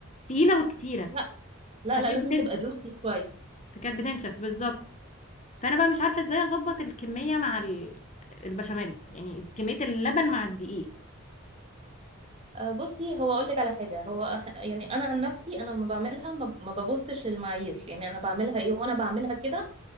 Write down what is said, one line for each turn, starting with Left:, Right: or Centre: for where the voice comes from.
Left: تقيله وكتيره
Right: لا لا
Left: فكانت
Right: لا لازم
Left: بتنشف
Right: تبقى جوسي شويه
Left: فكانت بتنشف بالظبط فانا بقى مش عارفه ازاي اظبط الكميه مع ال- البشاميل يعني كميه اللبن مع الدقيق
Right: آه، بصي هو اقول لك على حاجه هو إح- يعني انا عن نفسي انا ما بعملها ما ب- ما ببصش للمعايير يعني انا بعملها ايه وانا بعملها كده